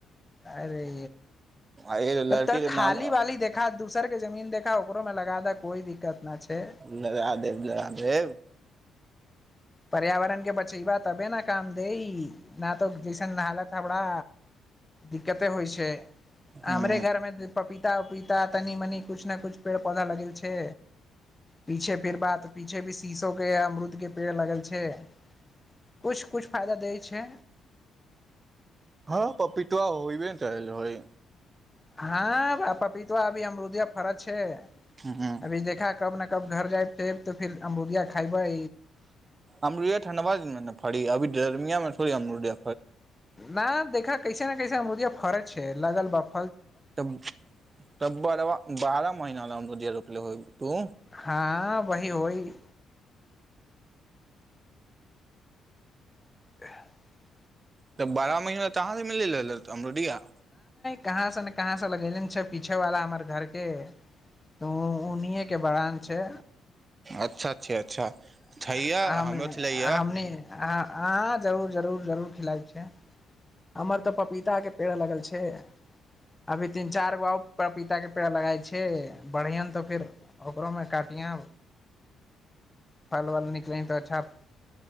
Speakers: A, on the left; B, on the right.
A: अरे
B: लड़की
A: त तऽ
B: के
A: खाली
B: नाम
A: वाली देखा दूसर के जमीन देखा ओकरो में लगा द कोई दिक्कत न छै
B: लह देेव लह देेव
A: पर्यावरण के बचेबा तबे ने काम दे न तो जैसन हालत हवराा दिक्कते होइ छै
B: ह
A: हमरे घरमे पपीता उपीता तनी मनी कुछ ने कुछ पेड़ पौधा लगेल छै पीछे फिर बात पीछे भी शीशो के अमरुद के पेड़ लगेल किछु किछु फायदा दै छै
B: हँ पपीत आ होइ भ ने करइ
A: हँ पपीता अभी अमरुदिया फरज छै
B: ह
A: अभी देखा कब ने कब घर जाये तऽ फेर अमरूबिया खयबै
B: अमरूलिया ठण्डा बा दने फड़ी अभीर्मियामे सोरी अमरूलिया
A: न देखा कैसे ने कैसे िया फरज छै लगल बाप
B: तब तब बड़ बारह महिना ल रपले हो तू
A: हँ वही होइ <inaudible>
B: त बारह महीना तहाँ से मिल अमरोडिया
A: कहाँसँ ने कहाँसँ लगेले छै पीछेवला हमर घरके तऽ उनेके बड़ान छै
B: अच्छा अच्छा अच्छा छैया
A: अ
B: हमरो छलैया
A: हम नहि अाँ हँ जरूर जरूर जरूर खिलाइ छिय हमर तो पपीता के पेड़ा लगल छै अभी तीन चार गो पपीता के पेड़ा लगाय छै बढ़िया तो फेर ओकरो में काटिय फल वल निकले तो अच्छा